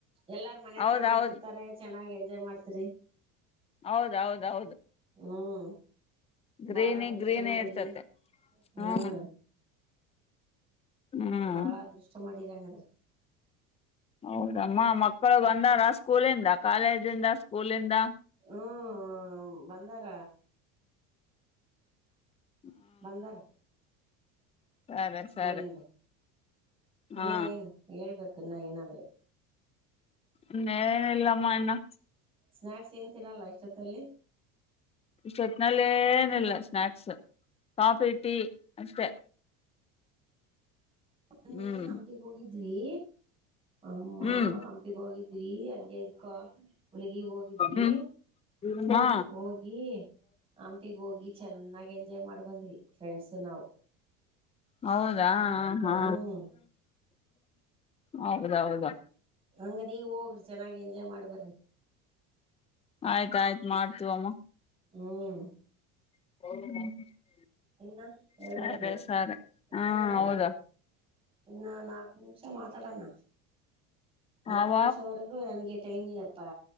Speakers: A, on the right; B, on the left.
A: ಎಲ್ಲಾರ ಮನೆ ಹತ್ರ
B: ಹೌದೌದು
A: ಬರ್ತಿರ್ತಾರೆ ಚೆನ್ನಾಗಿ ಎಂಜಾಯ್ ಮಾಡ್ತೀರಿ
B: ಹೌದೌದೌದು
A: ಹುಂ
B: ಗ್ರೀನಿ
A: ಬಾಳ ಅದೃಷ್ಟ
B: ಗ್ರೀನೇ
A: ಮಾಡಿರಿ
B: ಇರ್ತತೆ
A: ಹುಂ
B: ಹ್ಮ್ ಹ್ಮ್
A: ಬಾಳ ಅದೃಷ್ಟ ಮಾಡಿರಂಗದ್ರ
B: ಹೌದಮ್ಮ ಮಕ್ಕಳು ಬಂದಾರ ಸ್ಕೂಲಿಂದ, ಕಾಲೇಜಿಂದ, ಸ್ಕೂಲಿಂದ
A: ಹಂ ಬಂದಾರ
B: ಹ್ಮ
A: ಬಂದಾರ್
B: ಸರಿ
A: ಸ್ಕೂಲಿಂದ
B: ಸರಿ
A: ಇನ್ನ
B: ಹಾ
A: ಏನು ಹೇಳ್ಬೇಕು ಇನ್ನ ಏನಾದ್ರೂ
B: ಎನ್ ಇಲ್ಲಮ್ಮ ಇನ್ನು
A: ಸ್ನಾಯಕ್ಸ್ ಏನ್ ತಿನ್ನಲ್ಲಾ ಇಷ್ಟಹೋತ್ತಲ್ಲಿ
B: ಇಷ್ಟೊತ್ ನಲ್ಲೇ ಏನಿಲ್ಲಾ ಸ್ನಾಯಕ್ಸ್ ಕಾಫಿ ಟೀ ಅಷ್ಟೇ
A: ಮೊನ್ನೆ
B: ಹ್ಮ್
A: ಹಂಪಿಗಿ ಹೋಗಿದ್ವಿ ಅಮ್ಮಾ
B: ಹ್ಮ್
A: ಹಂಪಿಗ್ ಹೋಗಿದ್ವಿ ಹಂಗೆ ಇದಕ್ಕ ಹುಲಗಿಗ್ ಹೋಗಿದ್ವಿ.
B: ಹ್ಮ್ ಹಾ
A: ಹೋಗಿ ಹಂಪಿಗೆ ಹೋಗಿ ಚೆನ್ನಾಗಿ ಎಂಜಾಯ್ ಮಾಡ್ ಬಂದ್ವಿ ಫ್ರೆಂಡ್ಸ ನಾವು
B: ಹೌದಾ ಹಾ
A: ಹ್ಮ್
B: ಹಾ ಹೌದೌದು
A: ಹಂಗ ನೀವ್ ಹೋಗ್ರಿ ಚೆನ್ನಾಗಿ ಎಂಜಾಯ್ ಮಾಡಿ ಬರ್ರಿ
B: ಆಯ್ತಾ ಆಯ್ತ್ ಮಾಡ್ತೀವಿ ಮ್ಮ
A: ಹುಂ
B: <unintelligible>
A: ಇನ್ನ ಹೇಳ್ಬೇಕ್ರೀ
B: ಸರಿ ಸರಿ
A: ಇನ್ನ
B: ಹಾ
A: ಹೇಳ್ರಿ
B: ಹೌದಾ
A: ಇನ್ನ ನಾಲ್ಕ ನಿಮಿಷ ಮಾತಾಡಣ. ನಾಕ್
B: ಅವ
A: ನಿಮಿಷವರೆಗೂ ನನ್ಗೆ ಟೈಮ ಎಪ್ಪಾ